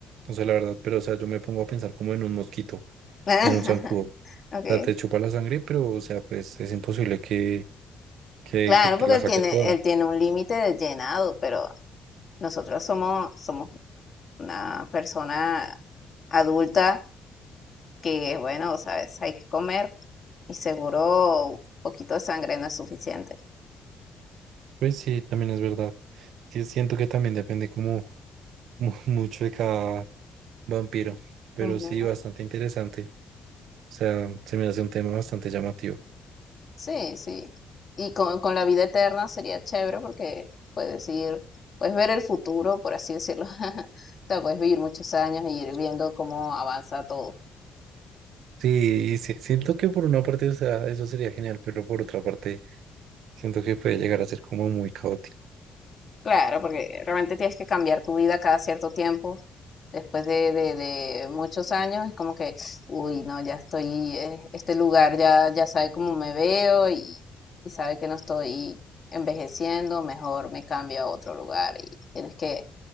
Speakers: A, on the right; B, on the left.
A: no sé la verdad, pero, o sea, yo me pongo a pensar como en un mosquito.
B: <laughs>
A: en un zancudo. O
B: okay
A: sea, te chupa la sangre, pero, o sea, pues es imposible que, que,
B: Claro,
A: que te
B: porque
A: la
B: él
A: saque
B: tiene,
A: toda.
B: él tiene un límite de llenado, pero Nosotros somos, somos una persona adulta que, bueno, sabes, hay que comer y seguro un poquito de sangre no es suficiente.
A: Pues sí, también es verdad. Sí, siento que también depende como <laughs> mu- mucho de cada vampiro, pero
B: Ujú.
A: sí, bastante interesante. O sea, se me hace un tema bastante llamativo.
B: Sí, sí. Y con, con la vida eterna sería chévere porque puedes ir, puedes ver el futuro, por así decirlo. <laughs> O sea, puedes vivir muchos años y ir viendo cómo avanza todo.
A: Sí, y sí, siento que por una parte, o sea, eso sería genial, pero por otra parte, siento que puede llegar a ser como muy caótico.
B: Claro, porque realmente tienes que cambiar tu vida cada cierto tiempo después de, de- de muchos años, es como que, uy, no, ya estoy, eh, este lugar ya, ya sabe cómo me veo y, y sabe que no estoy envejeciendo, mejor me cambio a otro lugar y tienes que,